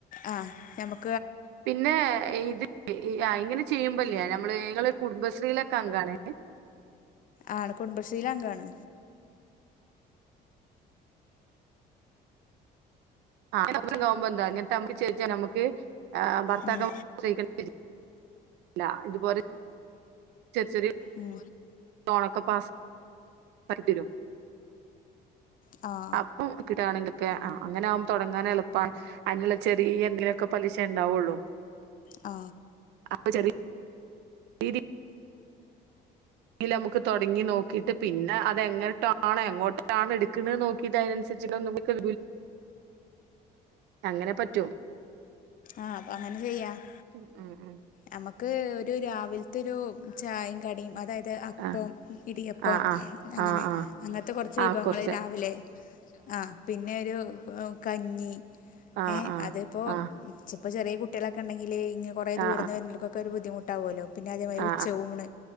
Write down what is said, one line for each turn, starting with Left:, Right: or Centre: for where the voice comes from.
Left: ആഹ നമക്
Right: പിന്നെ ഇത് ഇങ്ങനെ ചെയ്യുമ്പല്ലേ നമ്മള് കുടുംബശ്രീ യിൽ അങ്കം അണ്
Left: ആണ് കുടുംബശ്രീൽ അംഗാണ്
Right: ആപ്പം കാവുമ്പോ എന്താ എന്നിട്ട്മ്മക്ക് ചേച്ചാ നമുക്ക് ഭർത്താക്കീ
Left: ഉം
Right: <inaudible> അ ഇതുപോലെ ചെറിയ
Left: ഉം
Right: തോണക്ക പാാക്കരും <unintelligible>
Left: ആ
Right: അപ്പൊ കിടുകവാണെങ്കിലൊക്കെ അങ്ങനെകുമ്പ തുടങ്ങാൻ എളുപ്പ അതിനുള്ള ചെറിയ എന്തെിലുമൊക്കെ പലിശ ഉണ്ടാവും ഒള്ളു
Left: ആ
Right: അപ്പൊ ചെറിയ ശരി ഇല്ല നമുക്ക് തുടങ്ങി നോക്കിട്ട് ് പിന്നെ അതെങ്ങോട്ടാണ്ോ പിന്നെ എങ്ങോട്ടാണ് എടുക്കണന്ന് നോക്കിയത് അതിനനുസരിച്ച നമുക്ക് അങ്ങനെ പറ്റും
Left: ആഹ് അപ്പൊ അങ്ങനെ ചെയ്യാം
Right: ഉ ഉ
Left: നമുക്ക് ഒരു രാവിലത്തെ ഒരു ചായയും കടിയും അതായത് അപ്പം
Right: ആ
Left: ഇടിയപ്പം
Right: ആ ആ
Left: അങ്ങനെ
Right: ആ ആ
Left: അങ്ങനത്തെ കുറച്ച് വിഭവങ്ങൾ
Right: ആ കുറച്ച്
Left: രാവിലെ ആ പിന്നെ ഒരു കഞ്ഞി
Right: ആ ആ
Left: ഏ
Right: ആ
Left: അതിപ്പോ
Right: ആ
Left: ചെറിയ കുട്ടികളൊക്കെ ഉണ്ടെങ്കില് ഇനി കുറെ ദൂരെന്
Right: ആ ആ
Left: വന്ന്നവർക് ഒരു ബുദ്ധിമുട്ടകുമല്ലോ പിന്നെ അതേമാതിരി
Right: ആ
Left: ഉച്ച ഊണ്